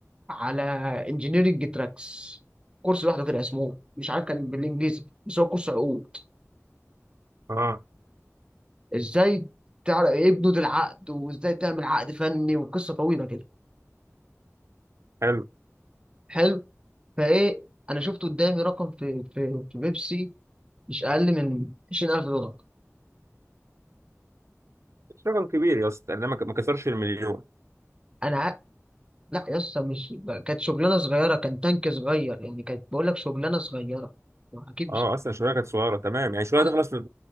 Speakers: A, on the right (about 20°); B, on the right (about 60°).
A: على انجينيرنج تراكس كورس لوحده كده اسمه مش عارف كان بالانجليزي بس هو كورس عقود
B: اه
A: ازاي تعرف ايه بنود العقد وازاي تعمل عقد فني وقصه طويله كده
B: حلو
A: حلو فايه انا شفت قدامي رقم في في في بيبسي مش اقل من 20000 دولار
B: مش رقم كبير يا اسطى لان ما ك- ما كسرش المليون
A: انا ع- لا يا اسطى مش كانت شغلانه صغيره كان تانك صغير يعني كانت بقول لك شغلانه صغيره اكيد مش
B: اه اصلا الشويه كانت صغيره تمام يعني الشويه
A: أص-
B: تخلص في